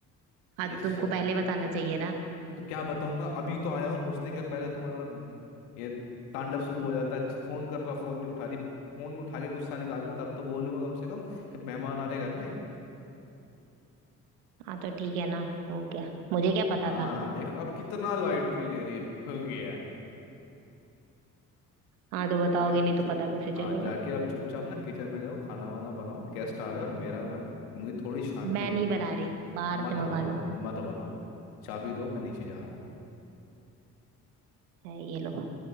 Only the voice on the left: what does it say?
ये
श-
तो क्या बताऊंगा अभी तो आया हूँ घुसने के पहले तुम्हारा ये तांडव शुरू हो जाता है फोन कर रहा फोन नहीं उठा रही फोन उठा के गुस्सा निकाल ले तब तो बोलूंगा कम से कम कि मेहमान आ रहे घर में
हम्म,
हाँ
देखो अब कितना लाइटली ले रही है हो गया
अगर
चुप
हाँ जाके आप चुपचाप ना किचन में जाओ खाना वाना बनाओ गेस्ट आ रहे हैं और मेरा ना मुझे थोड़ी शांति
दे
दो
मत
बनाओ
मत बनाओ चाबी दो मैं नीचे जा रहा हूँ